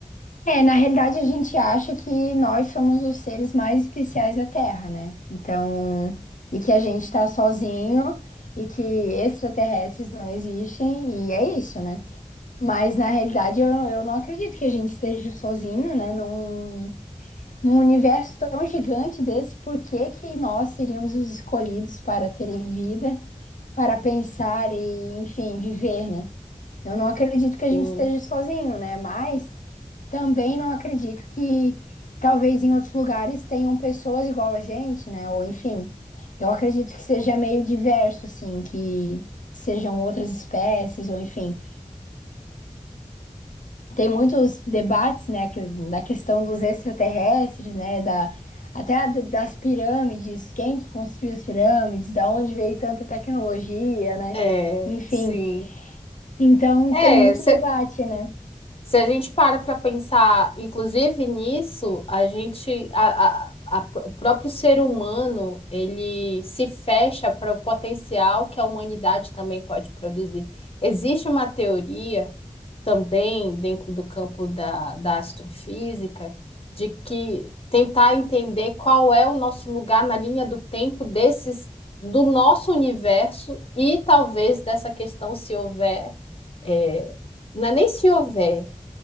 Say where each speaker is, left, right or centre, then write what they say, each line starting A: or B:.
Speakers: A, on the left; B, on the left.
A: É, na realidade a gente acha que nós somos os seres mais especiais da Terra, né? Então, e que a gente tá sozinho e que extraterrestres não existem, e é isso, né? Mas na realidade eu, eu não acredito que a gente esteja sozinho, né? Num, num universo tão gigante desse, por que que nós seríamos os escolhidos para terem vida, para pensar e, enfim, viver, né? Eu não acredito que a
B: Sim,
A: gente esteja sozinho, né? Mas. Também não acredito que talvez em outros lugares tenham pessoas igual a gente, né? Ou enfim, eu acredito que seja meio diverso, assim, que sejam outras espécies, ou enfim. Tem muitos debates, né, que- da questão dos extraterrestres, né? Da, até a- das pirâmides, quem que construiu as pirâmides, da onde veio tanta tecnologia, né?
B: é,
A: Enfim,
B: sim.
A: então
B: É,
A: tem muito debate, né?
B: Se a gente para para pensar, inclusive nisso, a gente, a- a- a o próprio ser humano, ele se fecha para o potencial que a humanidade também pode produzir. Existe uma teoria também dentro do campo da, da astrofísica de que tentar entender qual é o nosso lugar na linha do tempo desses, do nosso universo e talvez dessa questão se houver, é, não é nem se houver.